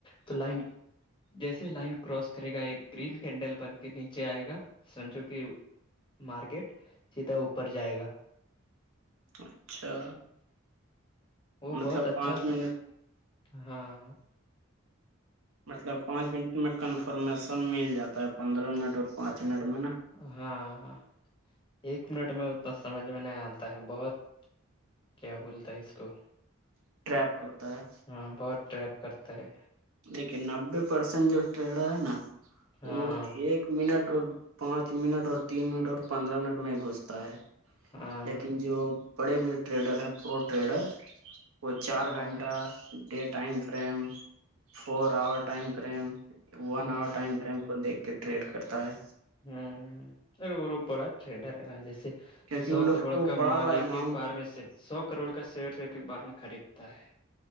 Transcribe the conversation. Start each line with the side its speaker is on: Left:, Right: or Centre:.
Left: تو لائن جیسے لائن کراس کرے گا ایک گرین کینڈل بن کے نیچے آئے گا سمجھو کہ مارکیٹ سیدھا اوپر جائے گا
Right: اچھا
Left: وہ
Right: مطلب
Left: بہت اچھا
Right: پانچ
Left: سا
Right: منٹ
Left: ہاں
Right: مطلب پانچ منٹ میں کنفرمیشن مل جاتا ہے پندرہ منٹ اور پانچ منٹ میں نا
Left: ہاں ایک منٹ میں اتنا سمجھ میں نہیں آتا ہے بہت کیا بولتا ہے اس کو
Right: ٹریپ کرتا ہے
Left: ہاں بہت ٹریپ کرتا ہے
Right: دیکھیے نبے پرسینٹ جو ٹریڈر ہے نا
Left: ہاں
Right: وہ ایک منٹ اور پانچ منٹ اور تین منٹ اور پندرہ منٹ میں گھستا ہے
Left: ہاں
Right: لیکن جو بڑے بڑے ٹریڈر ہیں پرو ٹریڈر وہ چار
Left: ہاں
Right: گھنٹہ day time frame four hour time frame one
Left: ہوں
Right: hour time فریم کو دیکھ کے ٹریڈ کرتا ہے
Left: ہمم ارے وہ بڑا ٹریڈر ہے رانجی سے
Right: کیونکہ
Left: سو
Right: وہ لوگ
Left: کروڑ
Right: کو
Left: کا
Right: بڑا
Left: مال
Right: بڑا
Left: ایک
Right: اماؤنٹ
Left: ایک بار میں سے سو کروڑ کا شیئر ایک ایک بار میں خریدتا ہے